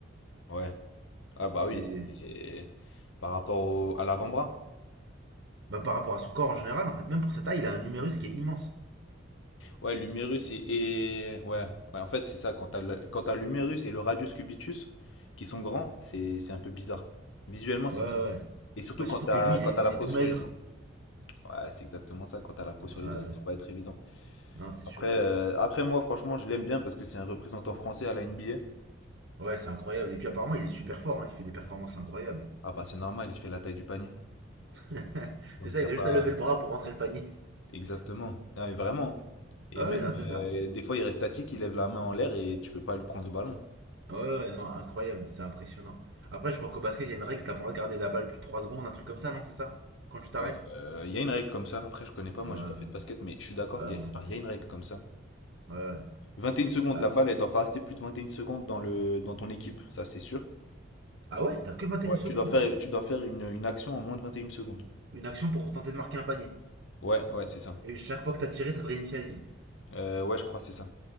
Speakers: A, on the left (about 70°); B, on the right (about 60°).
A: Ouais. Ah bah
B: C'est.
A: oui, c'est par rapport au- à l'avant-bras.
B: Bah, par rapport à son corps en général, en fait. Même pour sa taille, il a un numérus qui est immense.
A: Ouais, l'humérus et, et- Ouais, ouais, en fait, c'est ça. Quand t'as le- quand t'as l'humérus et le radius cubitus qui sont grands, c'est c'est un peu bizarre. Visuellement, c'est
B: Ouais, ouais,
A: bizarre.
B: ouais.
A: Et surtout
B: Ouais,
A: quand
B: surtout
A: t'as
B: que lui, il
A: quand
B: est, il
A: t'as la
B: est
A: peau
B: tout
A: sur
B: maigre.
A: les os. Ouais, c'est exactement ça. Quand t'as la peau sur
B: Ouais,
A: les
B: ouais.
A: os, ça doit pas être évident.
B: non, c'est
A: Après,
B: sûr.
A: euh, après moi, franchement, je l'aime bien parce que c'est un représentant français à la NBA.
B: Ouais, c'est incroyable. Et puis apparemment, il est super fort. hein, Il fait des performances incroyables.
A: Ah bah, c'est normal, il fait la taille du panier.
B: <laughs>
A: Donc,
B: c'est ça,
A: il a
B: il
A: pas.
B: a juste à lever le bras pour rentrer le panier.
A: Exactement. Non, mais vraiment. hein. Et
B: Ouais, ouais,
A: même,
B: non, c'est
A: euh,
B: ça.
A: des fois, il reste statique, il lève la main en l'air et tu peux pas lui prendre le ballon.
B: Ouais, ouais, ouais, non, incroyable, c'est impressionnant. Après, je crois qu'au basket, il y a une règle, t'as pas le droit de garder la balle plus de 3 secondes, un truc comme ça, non, c'est ça? Quand tu t'arrêtes?
A: Heu, il y a une règle comme ça. Après, je connais pas, moi,
B: Ouais,
A: j'ai pas fait de basket, mais je suis d'accord,
B: ouais, ouais, Ouais,
A: il y a
B: moi non
A: enfin,
B: plus.
A: il y a une règle comme ça.
B: Ouais, ouais.
A: Vingt et une secondes,
B: Après-
A: la balle, elle doit pas rester plus de 21 secondes dans le dans ton équipe, ça, c'est sûr.
B: Ah ouais, t'as que 21
A: Ouais.
B: secondes?
A: Tu dois faire tu dois faire une, une action en moins de 21 secondes.
B: Une action pour tenter de marquer un panier.
A: Ouais, ouais, c'est ça.
B: Et chaque fois que t'as tiré, ça se réinitialise.
A: Heu, ouais, je crois, que c'est ça.